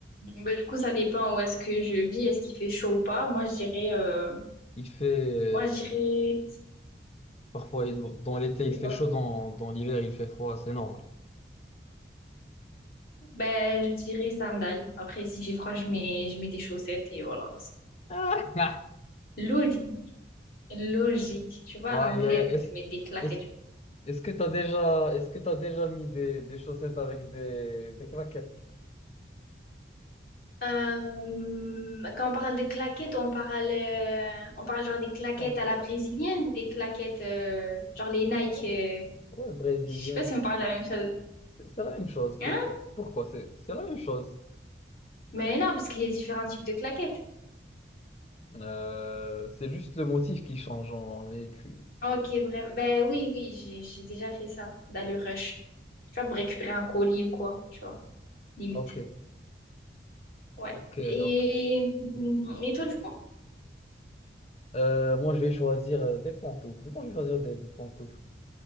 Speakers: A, on the left; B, on the left.
A: bah, du coup ça dépend où est-ce que je vis, est-ce qu'il fait chaud ou pas? Moi je dirais euh,
B: Il fait, euh,
A: moi je dirais
B: parfois, il- dans l'été, il
A: c'est
B: fait
A: quoi?
B: chaud, dans, dans l'hiver, il fait froid, c'est normal.
A: Ben je dirais sandales. Après si j'ai froid je mets je mets des chaussettes et voilà.
B: <laughs>
A: Logique. Logique. Tu vois
B: Aïe,
A: à l'anglais
B: aïe, aïe. est-ce,
A: je mets des claquettes.
B: est-ce, est-ce que tu as déjà, est-ce que tu déjà mis des, des chaussettes avec des, des claquettes?
A: Euh, quand on parle de claquettes, on parle, euh, on parle genre des claquettes
B: Non.
A: à la brésilienne ou des claquettes euh, genre les Nike.
B: Ouais,
A: euh,
B: ouais, brésilienne.
A: je sais pas si on parle de la même chose.
B: C'est c'est la même chose. Pourquoi?
A: Hein?
B: Pourquoi? C'est c'est la même chose.
A: Mais non, parce qu'il y a différents types de claquettes.
B: Euh, c'est juste le motif qui change, en- mais tu...
A: Ok, bref. Ben oui, oui, j'ai j'ai déjà fait ça dans le rush. Tu vois, pour récupérer un colis ou quoi, tu vois, limite.
B: Ok,
A: Ouais.
B: ok,
A: Et,
B: ok.
A: hum, et toi, du coup,
B: Euh, moi, je vais choisir euh, des pantoufles. Moi, je vais choisir des, des pantoufles.